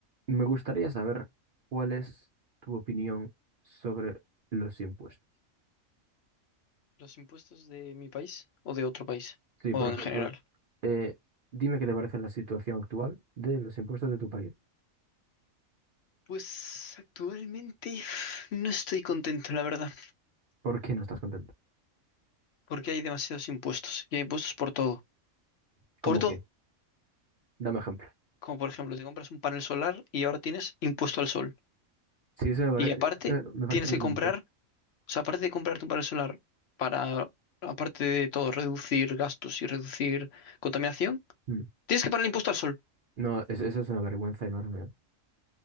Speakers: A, on the right (about 60°); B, on the left (about 60°).
A: Me gustaría saber cuál es tu opinión sobre los impuestos.
B: ¿Los impuestos de mi país o de otro país?
A: Sí,
B: ¿O
A: por ejemplo,
B: en general?
A: eh, dime qué te parece la situación actual de los impuestos de tu país.
B: Pues actualmente <sighs> no estoy contento, la verdad,
A: ¿Por qué no estás contento?
B: porque hay demasiados impuestos y hay impuestos por todo.
A: ¿Cómo
B: Por todo.
A: que? Dame ejemplo.
B: Como por ejemplo, te compras un panel solar y ahora tienes impuesto al sol.
A: Sí, eso me parece,
B: Y aparte,
A: eso me parece
B: tienes
A: vergonzoso.
B: que comprar, o sea, aparte de comprarte un panel solar para, aparte de todo, reducir gastos y reducir contaminación,
A: Mm.
B: tienes que pagar el impuesto al sol.
A: No, es- eso es una vergüenza enorme. ¿eh?